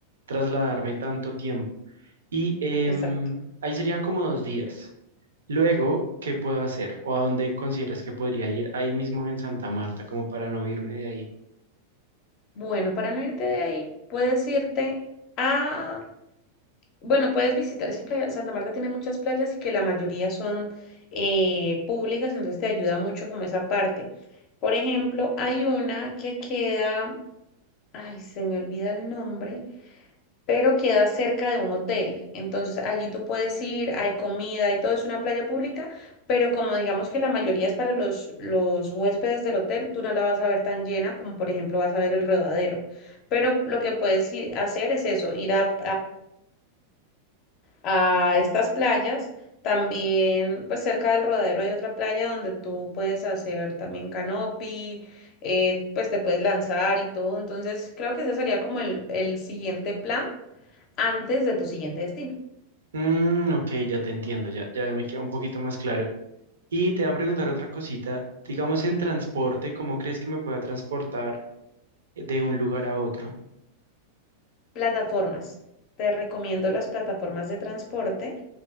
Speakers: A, on the right (about 65°); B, on the left (about 40°).
A: trasladarme tanto tiempo. Y em,
B: Exacto.
A: ahí serían como dos días. Luego, ¿qué puedo hacer? ¿O a dónde consideras que podría ir ahí mismo en Santa Marta, como para no irme de ahí?
B: Bueno, para no irte de ahí, puedes irte a Bueno, puedes visitar, es que Playa- Santa Marta tiene muchas playas y que la mayoría son eh, públicas, entonces te ayuda mucho como esa parte. Por ejemplo, hay una que queda, ay, se me olvida el nombre, pero queda cerca de un hotel. Entonces allí tú puedes ir, hay comida y todo, es una playa pública, pero como digamos que la mayoría es para los, los huéspedes del hotel, tú no la vas a ver tan llena como por ejemplo vas a ver el Rodadero. Pero lo que puedes ir- hacer es eso, ir a, a estas playas. También, pues cerca del rodadero hay otra playa donde tú puedes hacer también canopy, eh, pues te puedes lanzar y todo. Entonces, creo que ese sería como el, el siguiente plan antes de tu siguiente destino.
A: Mm, ok, ya te entiendo, ya, ya me queda un poquito más claro. Y te voy a preguntar otra cosita, digamos en transporte, ¿cómo crees que me pueda transportar eh, de un lugar a otro?
B: Plataformas. Te recomiendo las plataformas de transporte.